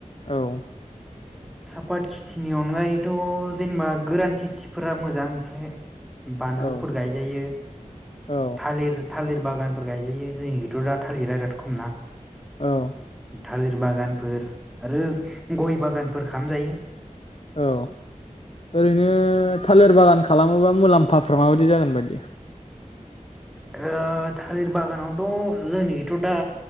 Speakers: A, on the left; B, in the centre.
A: औ
B: सापात खेथिनि अनगायैथ' जेनेबा गोरान खेथिफोरा मोजां एसे। बानलुफोर
A: औ
B: गायजायो
A: औ
B: थालिर थालिर बागानफोर गायजायो जोंनिथ' दा थालिरा राद खम ना।
A: औ।
B: थालिर बागानफोर आरो गय बागानफोर खामजायो।
A: औ ओरैनो थालिर बागान खालाम माबा मुलाम्फाफ्रा माबायदि जागोन बायदि
B: अ थालिर बागानावथ'। जोंनिथ' दा।